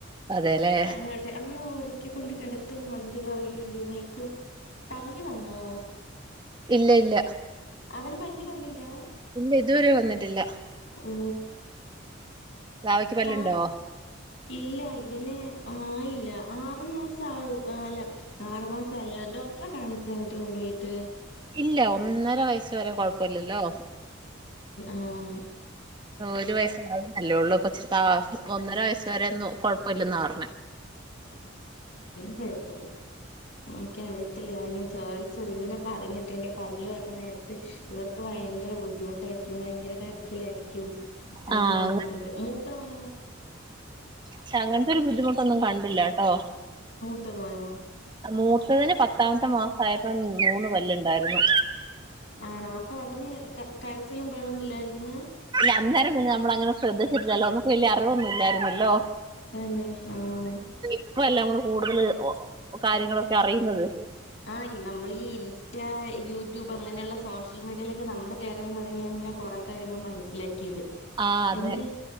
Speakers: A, on the right; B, on the left.
A: അതേല്ലേ
B: ആങ്ങട്ടെ ആ ഉറക്കിക്കൊണ്ട് കിടത്തും അതിന്റെ പുറകെ എണീക്കും പല്ല് വന്നോ
A: ഇല്ല ഇല്ല
B: അവന് പല്ല് വന്നില്ല
A: ഇല്ല ഇതുവരെ വന്നിട്ടില്ല
B: ഓ
A: ബാവയ്ക്ക് പല്ലുണ്ടോ
B: കാ ഇല്ല ഇവനെ ആയില്ല ആറു മാസം ആവും അല്ല ആറു മാസല്ല ഡോക്ടറെ കാണിക്ക ചങ്ങിട്ട് കൊണ്ടുപോയിട്ട്
A: ഇല്ല ഒന്നര വയസ് വരെ കൊഴപ്പില്ലല്ലോ
B: ആഹ
A: ഒരു വയസ് ആവുന്നല്ലേയുള്ളു അഹ് ഒന്നര വയസ് വരെ ഒന്നും കൊഴപ്പമില്ലെന്ന പറഞ്ഞേ
B: കുഴപ്പില്ലക്ക അറിയത്തില്ല ഞാൻ ചോദിച്ചത് ഇങ്ങനെ പറഞ്ഞിട്ടേണ്ട പല്ല് പറഞ്ഞ നേരത്തെ ഇവർക്ക് ഭയങ്കര ബുദ്ധിമുട്ടായിരിക്കും ഭയങ്കര കരച്ചിലായിരിക്കും നല്ല
A: ആഹ്
B: നട്ടിട്ടുണ്ട് മൂത്ത മോന്
A: പക്ഷെ അങ്ങനത്തെരു ബുദ്ധിമുട്ടൊന്നും കണ്ടില്ല ട്ടോ
B: മുത്തമോനോ
A: മൂത്തതിന് പത്താമത്തെ മാസയപ്പോ മൂന്ന് പല്ല് ഉണ്ടായിരുന്നു
B: ആണോ അപ്പൊ അവന് കരച്ചിലും ബഹളൊന്നും ഇല്ലായിരുന്നു
A: അന്നേരം പിന്നെ നമ്മള അങ്ങനെ ശ്രദ്ധിച്ച ഇരില്ലോ നമുക്ക് വലിയ അറിവില്ലായിരുന്നല്ലോ
B: തന്നെ ആഹ
A: ഇപ്പല്ല നമ്മള് കൂടുതൽ കാര്യങ്ങളൊക്കെ അറിയുന്നത്
B: ആനമ്മള് ഈ മറ്റേ യൂട്യൂബ് അങ്ങനെയുള്ള സോഷ്യൽ മീഡിയയിലൊക്കെ നമ്മൾ കയറാൻ തുടങ്ങിയ തന്നെ കുറേ കാര്യങ്ങൾ മനസ്സിലാക്കിയത്
A: ആ അതെ
B: എന്റെ